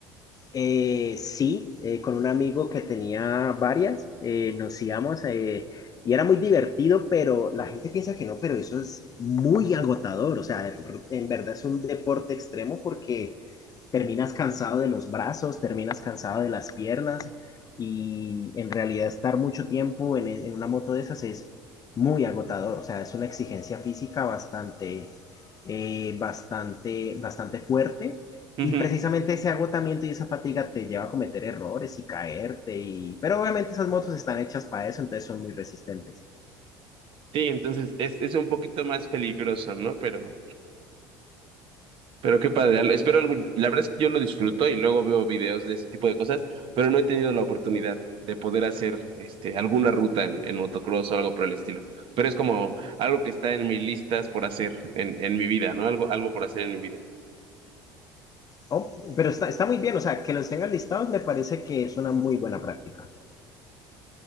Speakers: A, on the left (about 35°); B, on the right (about 55°).
A: Eh, sí, eh, con un amigo que tenía varias, eh, nos íbamos eh, y era muy divertido, pero la gente piensa que no, pero eso es muy agotador, o sea, en verdad es un deporte extremo porque terminas cansado de los brazos, terminas cansado de las piernas y en realidad estar mucho tiempo en, e, en una moto de esas es muy agotador, o sea, es una exigencia física bastante, eh, bastante, bastante fuerte
B: Ujú.
A: y precisamente ese agotamiento y esa fatiga te lleva a cometer errores y caerte y pero obviamente esas motos están hechas para eso entonces son muy resistentes
B: Sí, entonces es, es un poquito más peligroso, ¿no? Pero, Pero qué padre, al- espero algo- la verdad es que yo lo disfruto y luego veo videos de ese tipo de cosas, pero no he tenido la oportunidad de poder hacer este alguna ruta en, en motocross o algo por el estilo. Pero es como algo que está en mis listas por hacer en, en mi vida, ¿no? Algo, algo por hacer en mi vida.
A: oh, pero está, está muy bien o sea que los tengan listados me parece que es una muy buena práctica